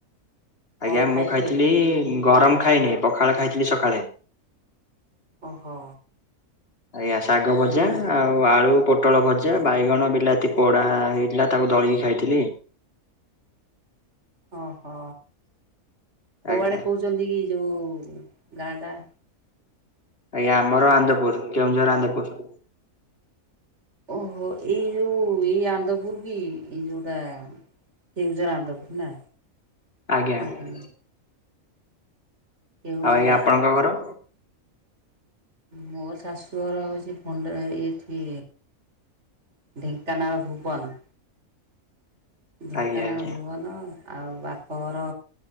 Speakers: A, on the right; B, on the left.
A: କଣ
B: ଆଜ୍ଞା
A: ଖାଇଥିଲେ
B: ମୁଁ ଖାଇଥିଲି ଗରମ ଖାଇନି ପଖାଳ ଖାଇଥିଲି ସକାଳେ।
A: ଓହୋ।
B: ଆଜ୍ଞା ଶାଗ ଭଜା
A: ହୁଁ
B: ଆଉ ଆଉ ଆଳୁ ପୋଟଳ ଭଜା ବାଇଗଣ ବିଲାତି ପୋଡ଼ା ହେଇଥିଲା ତାକୁ ଦଳିକି ଖାଇଥିଲି।
A: ଓହୋ କୋଉଆଡେ
B: ଆଜ୍ଞା
A: କହୁଛନ୍ତି କି ଯୋଉ ଗାଁ ଟା?
B: ଆଜ୍ଞା ଆମର ଆନନ୍ଦପୁର କେଉଁଝର ଆନନ୍ଦପୁର।
A: ଓହୋ ଏଇ ଯୋଉ ଏଇ ଆନନ୍ଦପୁର କି ଏଇ ଯୋଉଟା କେଉଁଝର ଆନନ୍ଦପୁର ନା
B: ଆଜ୍ଞା
A: ହୁଁ
B: ଆଉ
A: ହୁଁ। କେଉଁଝର
B: ଆଉ ଆଜ୍ଞା
A: ଲାଇନ୍
B: ଆପଣଙ୍କ ଘର?
A: ମୋ ଶାଶୁ ଘର ହଉଛି ଫଣ୍ଡ ଏଇଠି ଢେଙ୍କାନାଳ ଭୁବନ। ଢେଙ୍କାନାଳ
B: ଆଜ୍ଞା ଆଜ୍ଞା
A: ଭୁବନ ଆଉ ବାପଘର